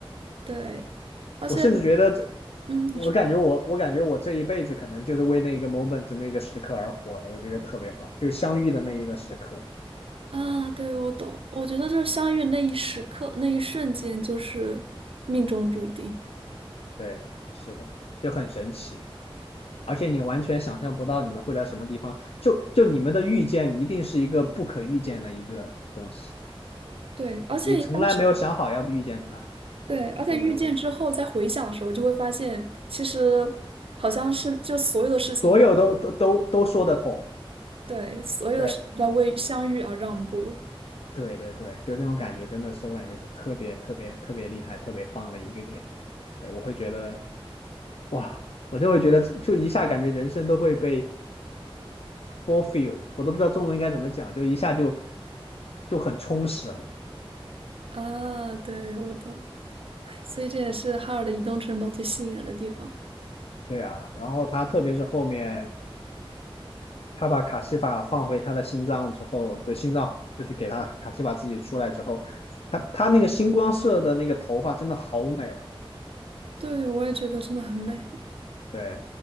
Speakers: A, on the right; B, on the left.
A: 对，而且，
B: 我甚至觉得这
A: 嗯，
B: 我感觉我我感觉我这一辈子可能就是为那个
A: 你说
B: moment 那个时刻而活的，我觉得特别好，就相遇的那一个时刻。
A: 啊，对，我懂。我觉得就是相遇那一时刻，那一瞬间就是命中注定。
B: 对，是的，就很神奇，而且你完全想象不到你们会在什么地方，就就你们的遇见一定是一个不可预见的一个东西，
A: 对，而且一般
B: 你从来没有想好要遇见他，
A: 对，
B: 对，
A: 而且遇见之后再回想的时候，
B: 就那种感觉，
A: 就会发现其实好像是就所有的事情都在为
B: 所有都都都都说得通，
A: 对，所有的事情都在为相遇而让步
B: 对对对对，就这种感觉真的是我感觉是特别特别特别厉害、特别棒的一个点。对，我会觉得哇，我就会觉得就一下感觉人生都会被 fulfilled，我都不知道中文应该怎么讲，就一下就就很充实了
A: 啊。对，我懂。哎，所以这也是哈尔的移动城堡最吸引人的地方。
B: 对啊，然后他特别是后面他把卡西法放回他的心脏之后，对心脏就是给他卡西法自己出来之后，他他那个星光色的那个头发真的好美啊。
A: 对，我也觉得真的很美。
B: 对，